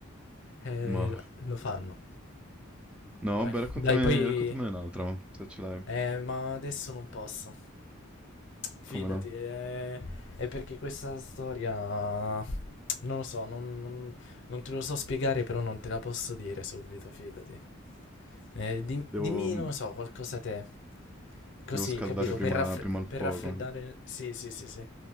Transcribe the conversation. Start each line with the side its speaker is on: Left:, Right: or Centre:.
Left: Eh,
Centre: Ma...
Left: la- lo fanno,
Centre: No,
Left: vai.
Centre: beh, raccontami,
Left: Dai, poi...
Centre: raccontamene un'altra, ma se ce l'hai.
Left: Eh, ma adesso non posso. Fidati,
Centre: Come no?
Left: eh, è perché questa storia... Non lo so, non, non- non te lo so spiegare, però non te la posso dire subito, fidati. Eh, di-
Centre: Devo,
Left: dimmi, non lo so, qualcosa te. Così,
Centre: devo scaldare
Left: capito?
Centre: prima,
Left: Per, raffre-
Centre: prima il
Left: per
Centre: fuoco.
Left: raffreddare. Sì, sì, sì, sì.